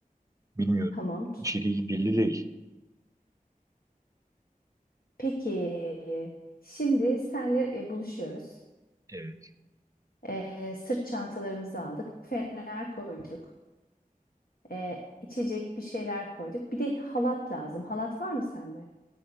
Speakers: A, on the right (about 20°); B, on the left (about 80°).
A: bilmiyorum.
B: Tamam.
A: İçeriği belli değil.
B: Peki. Şimdi senle e, buluşuyoruz.
A: Evet.
B: E, sırt çantalarımızı aldık. Fener koyduk. E, içecek bir şeyler koyduk. Bir de halat lazım. Halat var mı sende?